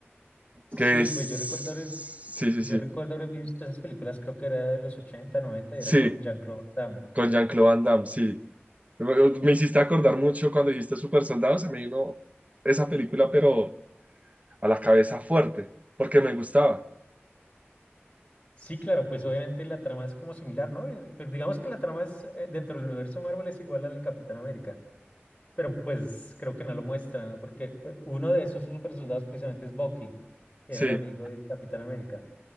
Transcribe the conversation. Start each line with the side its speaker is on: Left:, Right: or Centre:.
Left: Sí,
Right: que es...
Left: pues yo recuerdo, haber-
Right: Sí, sí,
Left: yo
Right: sí,
Left: recuerdo haber visto esas películas, creo que era de los 80, noventa
Right: sí,
Left: y era con Jean-Claude Van Damme.
Right: con Jean-Claude Van Damme, sí. Me, me hiciste acordar mucho cuando dijiste Super Soldados, se me vino esa película, pero a la cabeza fuerte, porque me gustaba.
Left: Sí, claro, pues obviamente la trama es como similar, ¿no? Eh, Pues digamos que la trama es, eh, dentro del universo Marvel es igual al Capitán América, pero pues creo que no lo muestran, ¿no? porque eh, uno de esos super soldados precisamente es Bucky, que
Right: Sí,
Left: era el amigo del Capitán América.